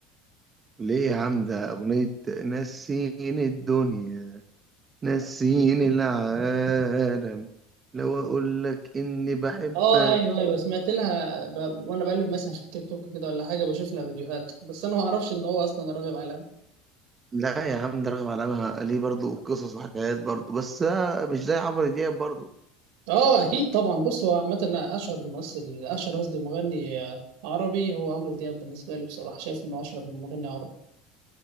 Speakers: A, on the right; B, on the right.
A: ليه يا عم ده أغنية نسيني الدنيا نسيني العالم لو أقول لك إني بحبك
B: اه ايوه ايوه سمعت لها ب... وانا بقلب مثلا في التيك توك كده ولا حاجه بشوف لها فيديوهات بس انا ما اعرفش ان هو اصلا راغب عليها
A: لا يا عم ده رغم علامها ليه برضو قصص وحكايات برضو بس بقى مش زي عمرو دياب برضو
B: اه اكيد طبعا بص هو عامه أنا اشهر ممثل اشهر قصدي مغني آه، عربي هو عمرو دياب بالنسبه لي بصراحه شايف انه اشهر مغني عربي